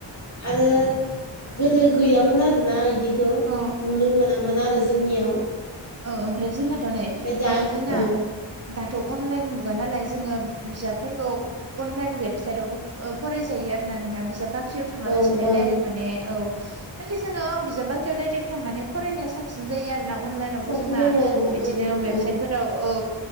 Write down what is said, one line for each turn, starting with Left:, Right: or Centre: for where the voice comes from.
Left: आरो गोदो गैयामोन आरोना इदिखौ
Right: औ
Left: नुनो मोनामोन आरो जोंनियाव।
Right: ओ ओमफ्राय जोंनाथ' नै
Left: ओमफ्राय दा
Right: ओ जोंना
Left: औ
Right: दाथ' अनलाइन मुगा नालाय जोङो बिजाबफोरखौ अनलाइन वेबसाइटवबो ओ फरायजायो आरोना नोंथां बिजाब साख्रियाव थाङा
Left: ओं
Right: लासिनो
Left: ओं
Right: दाइरेक्ट माने औ नाथाय जोङो बिजाब बा टूराइटेक्ट थांनानै फरायनाया साबसिन जायो आरोना अनलाइ नावथ'
Left: साबसिन
Right: जोंङा
Left: जायो आरोना
Right: बिदिनो
Left: ओं
Right: वेबसाइटफोराव
Left: ओं
Right: औ